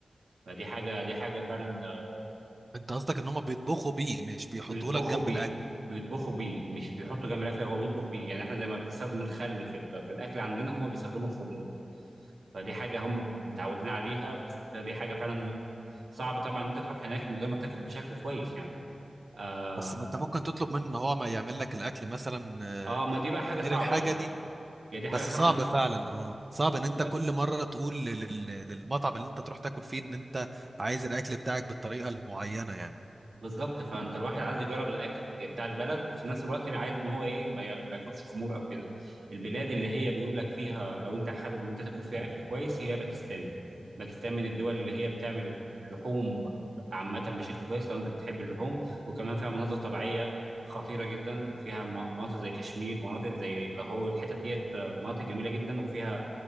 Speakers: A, on the right; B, on the right.
A: فدي حاجه دي حاجه فعلا آه،
B: انت قصدك ان هم بيطبخوا بيه مش بيحطوا
A: بيطبخوا
B: لك جنب
A: بيه
B: الاكل
A: بيطبخوا بيه مش بيحطوا جنب الاكل هو بيطبخ بيه يعني احنا زي ما بنستخدم الخل في ال- في الاكل عندنا هم بيستخدموا الخمور فدي حاجه هم متعودين عليها فدي حاجه فعلا صعب طبعا ان انت تروح هناك من غير ما تاكل بشكل كويس يعني اه
B: بس ما انت ممكن تطلب منه ان هو ما يعمل لك الاكل مثلا آه،
A: آه، ما دي بقى حاجه صعبه
B: غير الحاجه
A: يعني
B: دي
A: هي دي حاجه
B: بس
A: صعبه
B: صعب
A: انت
B: فعلا اه صعب ان انت
A: بت-
B: كل مره تقول لل- لل- للمطعم اللي انت تروح تاكل فيه ان انت عايز الاكل بتاعك بالطريقه المعينه يعني
A: بالظبط فانت الواحد عايز يجرب الاكل بتاع البلد في نفس الوقت عايز ان هو ايه ما يا- ما ياكلش خمور او كده البلاد اللي هي بيقول لك فيها لو انت حابب ان انت تاكل فيها اكل كويس هي باكستان باكستان من الدول اللي هي بتعمل اللحوم عامه بشكل كويس لو انت بتحب اللحوم وكمان فيها مناظر طبيعيه خطيره جدا فيها م- مناطق زي كشمير مناطق زي لاهور الحتت ديت آه، مناطق جميله جدا وفيها